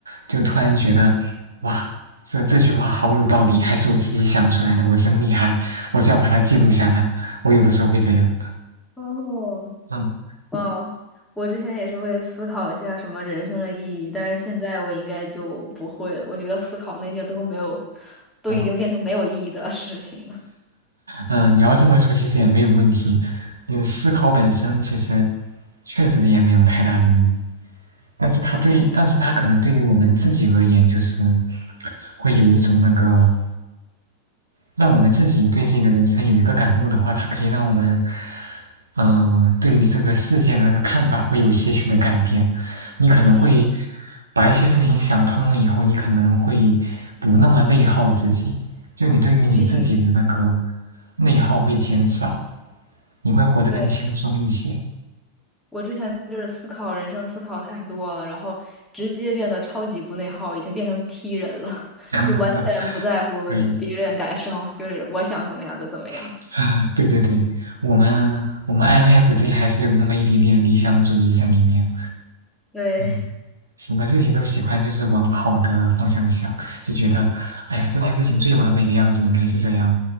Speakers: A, on the right (about 75°); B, in the centre.
A: 就突然觉得哇，这这句话好有道理，还是我自己想出来的，我真厉害，我就要把它记录下来。我有的时候会这样，
B: 哦，
A: 嗯
B: 哇，我之前也是会思考一下什么人生的意义，但是现在我应该就不会了。我觉得思考那些都没有，都已经变成没有意义的
A: 嗯
B: <laughs> 事情了。
A: 嗯，你要这么说其实也没有问题，就是思考本身其实确实也没有太大的意义，但是它对，但是它可能对于我们自己而言就是。会有一种那个让我们自己对自己的人生有一个感悟的话，它可以让我们，嗯、呃对于这个世界的那个看法会有些许的改变。你可能会
B: 嗯
A: 把一些事情想通了以后，你可能会不那么内耗自己，就你对于你自己的那个
B: 嗯，嗯，
A: 内耗会减少，你会活得更轻松一些。
B: 对我之前就是思考人生，思考太多了，然后直接变得超级不内耗，已经变成 T 人了，<laughs>
A: <laughs>
B: 就完全不在乎别人感受，
A: 可以，
B: 就是我想怎么样就怎么样。
A: <laughs> 对对对，我们我们 INFJ 还是有那么一点点理想主义在里面。
B: 对，
A: 嗯，什么事情都喜欢就是往好的方向想，就觉得，哎呀，这件事情最完美的样子应该是这样，